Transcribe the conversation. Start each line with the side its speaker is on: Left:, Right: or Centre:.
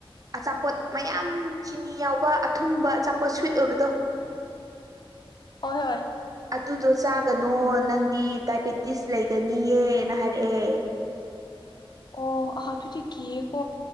Right: ꯑꯆꯥ ꯑꯆꯥꯄꯣꯠ ꯃꯌꯥꯝ ꯆꯤꯅꯤ ꯌꯥꯎꯕ ꯑꯊꯨꯝꯕ ꯑꯆꯥꯄꯣꯠ ꯁ꯭ꯋꯤꯠ ꯑꯣꯏꯕꯗꯣ
Left: ꯍꯣꯏ ꯍꯣꯏ
Right: ꯑꯗꯨꯗꯣ ꯆꯥꯒꯅꯣ ꯅꯪꯗꯤ ꯗꯥꯏꯕꯦꯇꯤꯁ ꯂꯩꯒꯅꯤꯌꯦꯅ ꯍꯥꯏꯔꯛꯑꯦ
Left: ꯑꯣ ꯑꯍ ꯑꯗꯨꯗꯤ ꯀꯤꯌꯦꯀꯣ